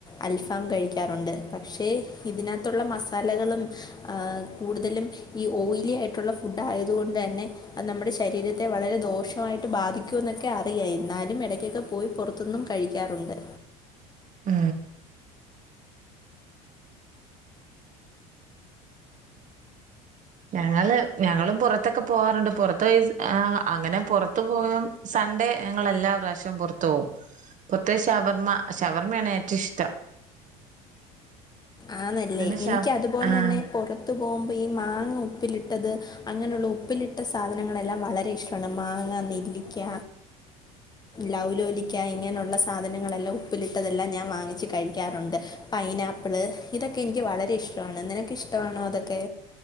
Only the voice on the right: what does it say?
ആ ഞങ്ങള് ഞങ്ങളും പുറ പുറത്തൊക്കെ പോകാറുണ്ട് പുറത്ത് വൈസ് ആ അങ്ങനെ പുറത്തു പോകയും സൺഡേ ഞങ്ങെല്ലാ പ്രാവശ്യം പുറത്തു പോകും പുറത്ത ശവർമ്മ ശവർമ്മയാണ് ഏറ്റവും ഇഷ്ടം
അങ്ങനെ ഷ
ആഹ്